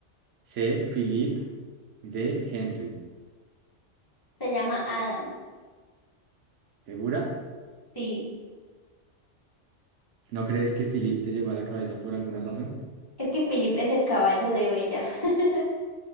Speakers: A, on the right (about 75°); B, on the left (about 20°).
A: C, Philip, D, Henry.
B: Se llama Adam.
A: ¿Segura?
B: Sí.
A: ¿No crees que Philip te llegó a la cabeza por alguna razón?
B: Es que Philip es el caballo de Bella. <laughs>